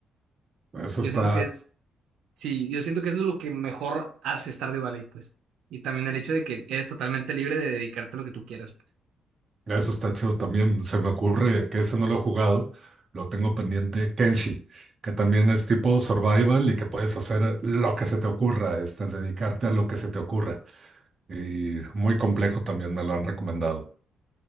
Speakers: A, on the right (about 30°); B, on the right (about 80°).
A: eso
B: Yo
A: está,
B: siento que es, sí, yo siento que es lo que mejor hace Stardew Valley, pues. Y también el hecho de que eres totalmente libre de dedicarte a lo que tú quieras. pues.
A: eso está chido también. Se me ocurre que ese no lo he jugado, lo tengo pendiente. Kenshi, que también es tipo survival y que puedes hacer lo que se te ocurra, este, dedicarte a lo que se te ocurra. Y muy complejo también me lo han recomendado.